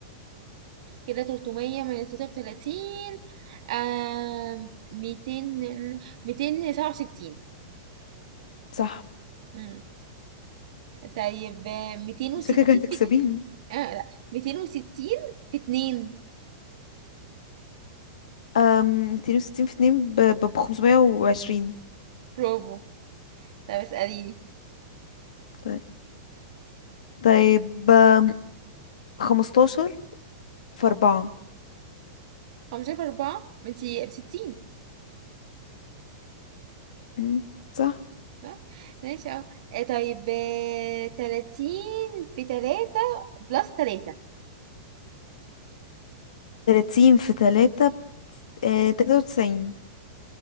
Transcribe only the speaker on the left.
صح
شكلك هتكسبيني
أم، ميتين وستين في اتنين بخمسمية وعشرين
طيب طيب أم، خمستاشر في أربعة
مم، صح
تلاتين في تلاتة آه، تلاتة وتسعين